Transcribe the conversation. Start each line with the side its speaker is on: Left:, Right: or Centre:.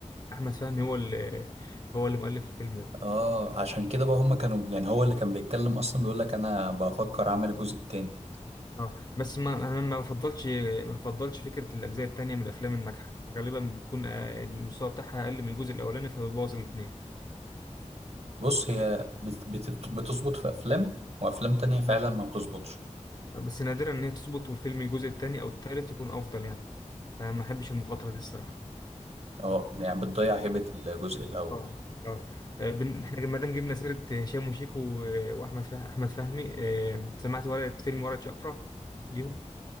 Left: احمد فهمي هو اللي هو اللي مؤلف الفيلم ده
Right: اه عشان كده بقى هم كانوا يعني هو اللي كان بيتكلم اصلا بيقول لك انا بفكر اعمل الجزء التاني
Left: اه بس ما انا ما بفضلش ما بفضلش فكره الاجزاء التانية من الافلام الناجحه غالبا بيكون آه، المستوى بتاعها اقل من الجزء الاولاني فبيبوظ الاثنين
Right: بص هي بت بت بتظبط في افلام وافلام تانية فعلا
Left: اه
Right: ما بتظبطش
Left: بس نادرا ان هي تظبط والفيلم الجزء التاني او التالت يكون افضل يعني فما احبش المخاطره دي الصراحه
Right: اه يعني بتضيع هيبة الجزء الاول
Left: اه اه آه، بن- احنا ما دام جبنا سيره هشام وشيكو و- واحمد فه... احمد فهمي آه، سمعت ورقه فيلم ورقه شقفره ليهم